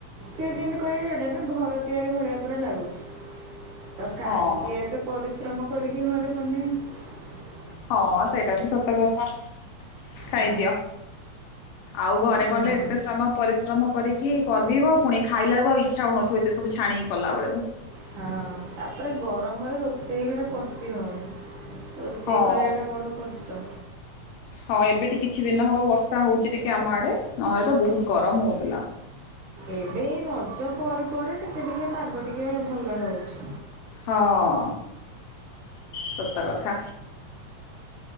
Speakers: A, on the right; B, on the left.
A: ସେ ଯେମିତି କହିବେ ଏଇଟା ବି ଘର ତିଆରି ଭଳିଆ ପୁରା ଲାଗୁଛି। ତ କାହିଁକି
B: ହଁ
A: ଏତେ ପରିଶ୍ରମ କରିକି ଘରେ ବନେଇବ।
B: ହଁ ସେଇଟା ବି ସତ କଥା। ଖାଇଦିଅ
A: ହଁ
B: ଆଉ ଘରେ
A: ହୁଁ
B: କଲେ ଏତେ ସମୟ ପରିଶ୍ରମ କରିକି କରିବ ପୁଣି ଖାଇଲା ବେଳକୁ ଆଉ ଇଚ୍ଛା ହଉନଥିବ ଏତେ ସବୁ ଛାଣିକି କଲା ବେଳକୁ।
A: ହଁ ତାପରେ ଗରମରେ ରୋଷେଇ ଘରେ ପଶି ହଉନି। ରୋଷେଇ
B: ହଁ
A: କରିବାଟା ବଡ଼ କଷ୍ଟ।
B: ହଁ ଏବେ ଟି କିଛି ଦିନ ହେବ ବର୍ଷା ହଉଚି ଟିକେ ଆମ ଆଡ଼େ ନହେଲେ ତ ବହୁତ ଗରମ ହଉଥିଲା।
A: ଏବେ ଏଇ ରଜ ପରେ ପରେ ଟିକେ ଟିକେ ପାଗ ଟିକେ ଭଲ ରହୁଚି।
B: ହଁ ସତ କଥା।